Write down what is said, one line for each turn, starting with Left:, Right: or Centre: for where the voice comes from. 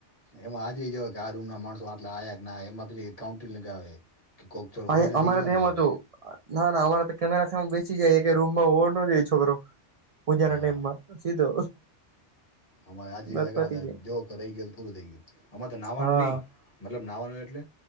Left: એમાં હાજરી જવા કે આ રૂંમના માણસો આટલા આવ્યા કે એમાંથી કાઉન્ટિંગ લગાવે કે કોકચો
Right: અ
Left: હોઈ નથી
Right: અમારે
Left: ગયો
Right: તો
Left: ને
Right: હતું
Left: એમ
Right: ના ના અમારા તો કેમેરાેમે બેસી જાય કે રૂમમાં ઓ ન જાય છોકરો પૂજા
Left: હા
Right: ના ટાઈમ માં સીધો
Left: અમારે હજરી
Right: વાત
Left: લગાવતા
Right: પતી જાય
Left: જો રહી ગયો તો પૂરું થઈ ગયું અમારે તો નાવાનું
Right: હા
Left: નહી મતલબ નહવાનું એટલે